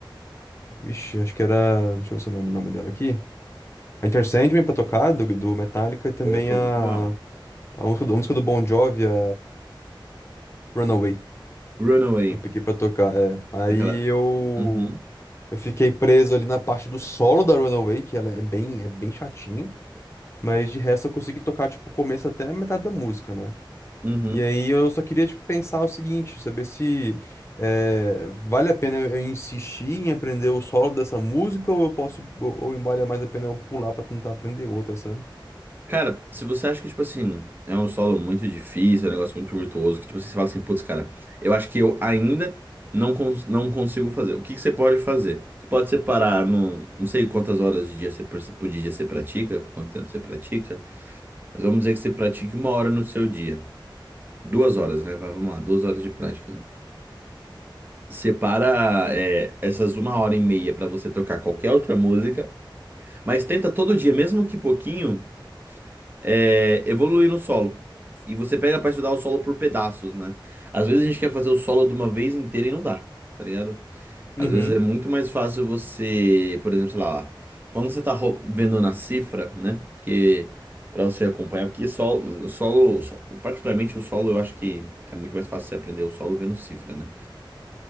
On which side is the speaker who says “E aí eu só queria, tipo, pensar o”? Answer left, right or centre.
Left